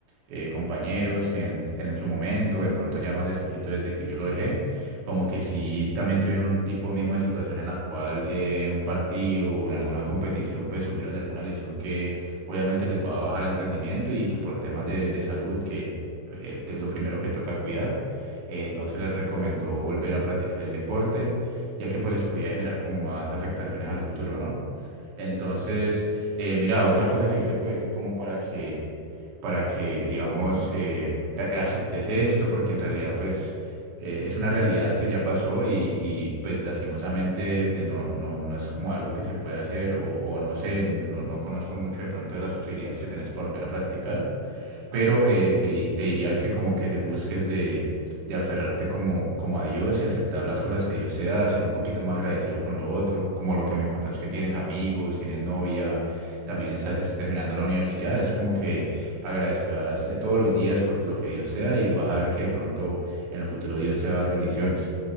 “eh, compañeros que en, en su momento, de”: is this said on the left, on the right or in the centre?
Right